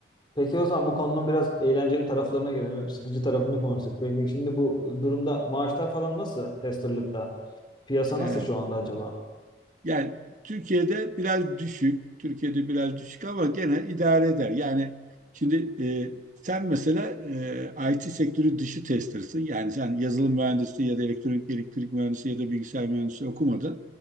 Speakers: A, on the left; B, on the right.
A: Peki o zaman bu konunun biraz eğlenceli taraflarına gelelim. Hep sıkıcı tarafını konuştuk. Peki şimdi bu durumda maaşlar falan nasıl testerlıkta? Piyasa
B: Evet.
A: nasıl şu anda acaba?
B: Yani Türkiye'de biraz düşük. Türkiye'de biraz düşük ama gene idare eder. Yani şimdi e, sen mesela e, IT sektörü dışı tester'sın. Yani sen yazılım mühendisi ya da elektronik elektrik mühendisi ya da bilgisayar mühendisi okumadın.